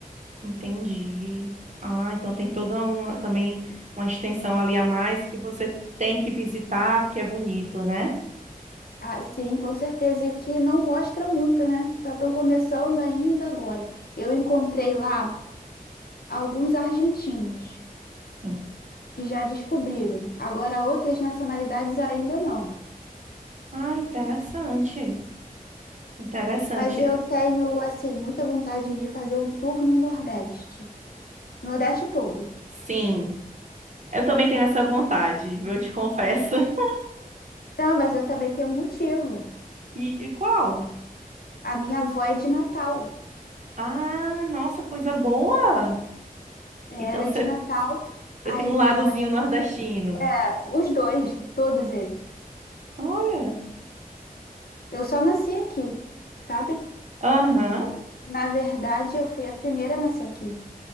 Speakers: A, on the right; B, on the left.
A: entendi. Ah, então tem toda uma, também uma extensão ali a mais que você tem que visitar porque é bonito, né?
B: Ah, sim, com certeza. E que não mostra muito, né? Só estão começando ainda agora. Eu encontrei lá alguns argentinos
A: Sim.
B: que já descobriram. Agora, outras nacionalidades ainda não.
A: Ah, interessante. Interessante.
B: Mas eu tenho, assim, muita vontade de fazer um tour no Nordeste. Nordeste todo.
A: Sim, eu também
B: Por-
A: tenho essa vontade, eu te confesso. <laughs>
B: Não, mas eu também tenho um motivo.
A: E, e qual?
B: A minha avó é de Natal.
A: Ah, nossa, coisa boa!
B: É,
A: Então
B: Ela
A: você
B: é de Natal.
A: você
B: Aí
A: tem um
B: minha
A: ladozinho
B: mãe
A: nordestino.
B: É, os dois, todos eles.
A: Olha,
B: Eu só nasci aqui, sabe?
A: aham.
B: Na verdade, eu fui a primeira a nascer aqui.